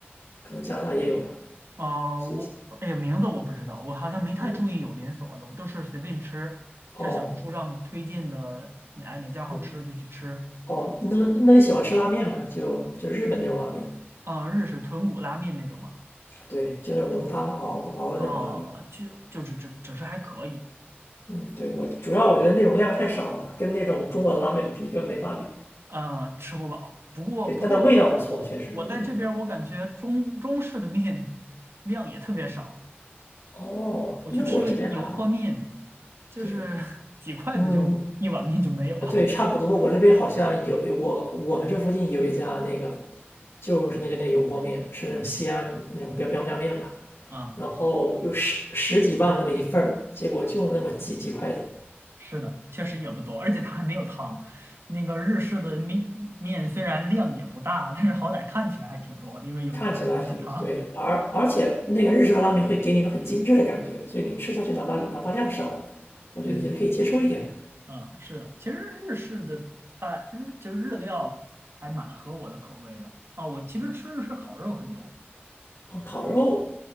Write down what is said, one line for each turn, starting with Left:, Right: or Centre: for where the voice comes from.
Left: 可能加拿大也有吧，
Right: 呃，
Left: 是不是？
Right: 我哎呀，名字我不知道，我好像没太注意有连锁的，
Left: 嗯，
Right: 我都是随便吃，
Left: 哦，
Right: 就是小红书上推荐的，哎哪家好吃就去吃。
Left: 嗯，哦，那那你喜欢吃拉面吗？就就日本那种拉面，
Right: 啊，日式豚骨拉面那种啊，
Left: 对，就那种浓汤熬的熬的那种拉面。
Right: 啊，就就只只只是还可以，
Left: 嗯，对，我主要我觉得那种量太少了，跟那种中国的拉面比根本没法比。
Right: 呃，吃不饱。不过不过我
Left: 对，但它味道不错，确实，
Right: 我在这边儿我感觉中中式的面量也特别少，
Left: 我觉得它。哦，
Right: 我去吃个油泼面，
Left: 那我这边还好。
Right: 就是
Left: 对，
Right: <laughs> 几筷子就一碗面就没有了
Left: 嗯，对，差不多。我这边好像有我我们这附近有一家那个，就是那个那个油泼面，是那种西安那种标标标面吧，
Right: 啊。
Left: 然后有十十几磅那么一份儿，结果就那么几几筷子，
Right: 是的，确实也不多，而且它还没有汤。那个日式的面面虽然量也不大，但是好歹看起来还挺多的，因为有有碗汤。
Left: 看起来挺对，而而且那个日式的拉面会给你一种很精致的感觉，所以你吃下去哪怕哪怕量少，我觉得也是可以接受一点的。
Right: 嗯嗯，是的，其实日式的菜日就日料还蛮合我的口味的啊。我其实吃日式烤肉很多，
Left: 哦，烤肉，